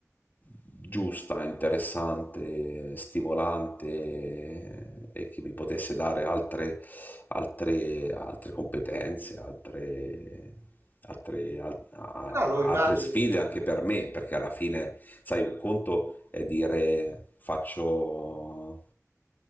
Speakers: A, on the left (about 35°); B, on the right (about 55°).
A: giusta, interessante, stimolante e che mi potesse dare altre, altre, altre competenze, altre, altre, al- a-
B: no, lo immagino.
A: altre sfide anche per me, perché alla fine, sai, un conto è dire faccio